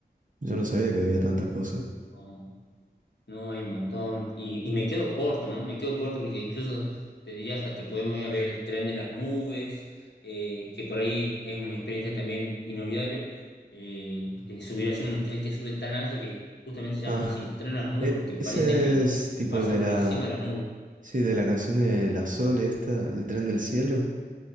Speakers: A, on the right (about 50°); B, on the left (about 85°).
A: Yo no sabía que había tantas cosas.
B: No. No, hay un montón. Y, y me quedo corto, ¿no? Me quedo corto porque incluso te diría hasta que podemos ir a ver el tren de las nubes, eh, que por ahí es una experiencia también inolvidable, eh, de subir hacer un tren que sube tan alto que justamente se llama
A: Ah,
B: así, el tren de las nubes,
A: e-
B: porque
A: ese
B: parece que,
A: es tipo
B: que pasa
A: el de
B: por
A: la...
B: encima de las nubes.
A: Sí, de la canción de La Sol, esta, El tren del cielo.